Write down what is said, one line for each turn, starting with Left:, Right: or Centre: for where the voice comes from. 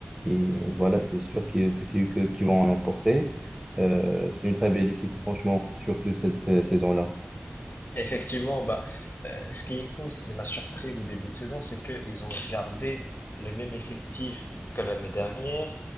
Right: et voilà, c'est sûr qu'ils- que c'est eux que- qui vont en emporter. Euh, c'est une très belle équipe, franchement, surtout cette euh, saison-là.
Left: Effectivement, bah, ce qui est fou, ce qui m'a surpris au début de saison, c'est qu'ils ont gardé le même effectif que l'année dernière,